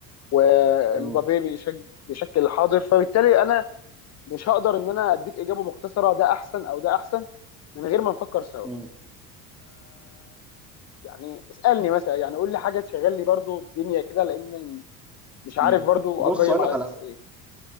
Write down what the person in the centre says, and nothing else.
م-
م-
م.
بص
اقول لك
على